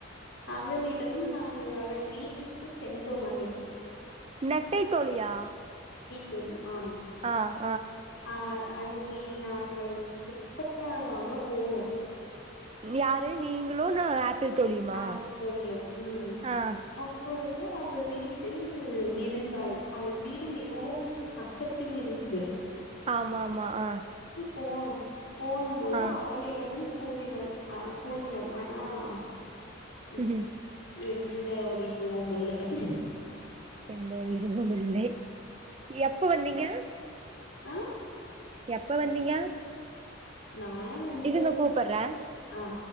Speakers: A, on the left; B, on the right.
A: அவளிடம் நாங்கள் அவள் வீட்டிற்கு சென்றோம் அன்னிக்கு
B: நெட்டை தோழியா
A: தோழி ஆம்
B: ஆஹ்
A: ஆஹ் அவுன் ஏய் நாங்கள் துப்பட்டா வாங்க போனோம்
B: யாரு நீங்களும் நான் ஆப்பிள் தோழியுமா
A: ஆப்பிள் தோழியம் ம்
B: ஆஹ்
A: அப்பொழுது அவள் வீட்டில் இருந்தாள் அவள் வீடு மிகவும் பக்கத்தில் இருந்து
B: ஆமாம் ம ஆ
A: போகணும் போனும் போது
B: ஆ
A: அவளிடமும் <unintelligible>
B: ம்
A: உ ஒரு இதுவும் இல்லை
B: எந்த ஒரு இதுவும் இல்லை எப்ப வந்தீங்க
A: ஆஹ
B: எப்ப வந்தீங்க
A: நான் ஒன்ப
B: இருங்க கூப்பட்றே
A: ஆ